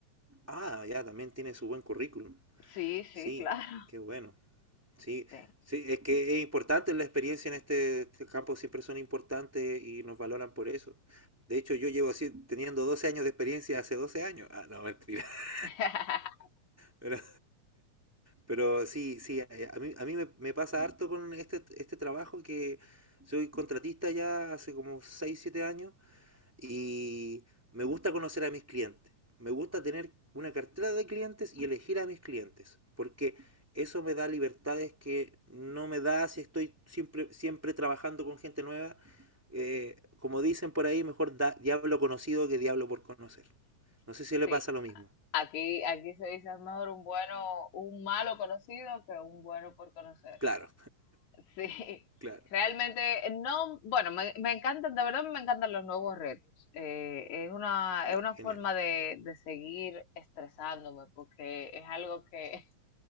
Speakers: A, in the centre; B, on the left.
A: Ah, ya, también tiene su buen currículum.
B: Sí, sí,
A: Sí,
B: claro.
A: qué bueno. Sí,
B: Sí.
A: sí, es que es importante la experiencia en este este campo, siempre son importantes y nos valoran por eso. De hecho, yo llevo así, teniendo 12 años de experiencia hace 12 años. Ah, no, mentira. <laughs>
B: <laughs>
A: Pero, pero sí, sí, eh, a mí, a mí me, me pasa harto con este, este trabajo que soy contratista ya hace como 6 7 años y me gusta conocer a mis clientes. Me gusta tener una cartera de clientes y elegir a mis clientes. Porque eso me da libertades que no me da si estoy siempre, siempre trabajando con gente nueva. Eh, como dicen por ahí, mejor da, diablo conocido que diablo por conocer. No sé si le
B: Sí,
A: pasa lo mismo.
B: Aquí, aquí se dice es mejor un bueno, un malo conocido que un bueno por conocer.
A: Claro,
B: <laughs> Sí,
A: claro.
B: realmente no, bueno, me, me encantan, de verdad me encantan los nuevos retos. Eh, es una,
A: Ya,
B: es una
A: genial.
B: forma de, de seguir estresándome porque es algo que